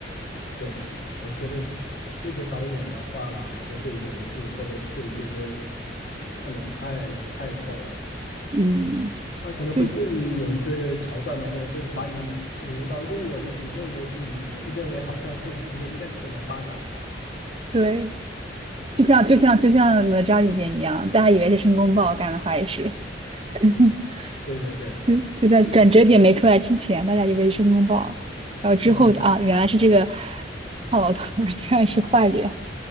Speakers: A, on the left; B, on the right.
A: 对，我觉得这些导演的话，好像对人性或者对这些可能看得太太透了。
B: 嗯，
A: 他可能会故意有一个桥段的，
B: 就
A: 或者会把你引入到另一个误区，认为你自己认为好像故事情节应该是这么发展的
B: 对，
A: 啊。
B: 就像就像就像哪吒里边一样，大家以为是申公豹干的坏事。<laughs>
A: 对对对，
B: 就就在转折点没出来之前，大家以为是申公豹，然后之后啊，
A: 嗯，
B: 原来是这个 <laughs> 胖老头儿居然是坏人，